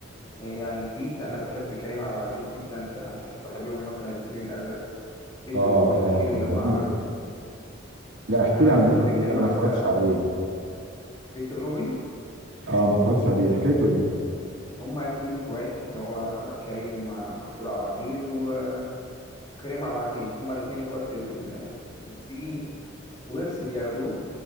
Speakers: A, on the left (about 20°); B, on the right (about 65°).
A: آه، يعني جديد انا بحب كريم عبد العزيز جدا فبحب له مثلا الفيل الازرق بيت
B: اه
A: الروبي الاخير
B: اه
A: اللي
B: جميل
A: هو عمله
B: لا
A: انا
B: احكي
A: انا
B: لي عن
A: بحب
B: بيت الروبي
A: كريم
B: ده انا
A: عبد
B: ما اتفرجتش
A: العزيز
B: عليه
A: بيت الروبي
B: اه ما اتفرجتش عليه حكايته ايه؟
A: هما اتنين اخوات اللي هو كريم مع محمود عبد العزيز وكريم عبد العزيز هما الاتنين اخوات في ال- في في- في ورث بياخدوه